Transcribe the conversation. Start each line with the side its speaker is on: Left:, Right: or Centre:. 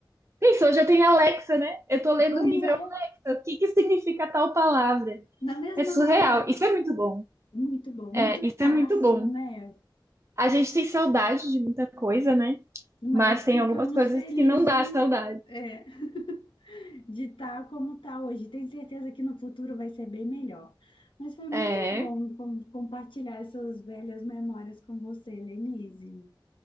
Right: Pensou, já tem Alexa, né? Eu tô lendo
Left: pois
Right: o livro
Left: é.
Right: Alexa, o que que significa tal palavra?
Left: Na mesma
Right: É surreal.
Left: hora.
Right: Isso é muito bom.
Left: Muito bom, muito
Right: É, isso
Left: fácil,
Right: é muito bom.
Left: né?
Right: A gente tem saudade de muita coisa, né?
Left: Mas
Right: Mas tem
Left: ficamos
Right: algumas coisas
Left: felizes
Right: que não dá
Left: de.
Right: saudade.
Left: É. <laughs> de estar como está hoje. Tenho certeza que no futuro vai ser bem melhor. Mas foi muito
Right: É,
Left: bom com- compartilhar essas velhas memórias com você, Lenise.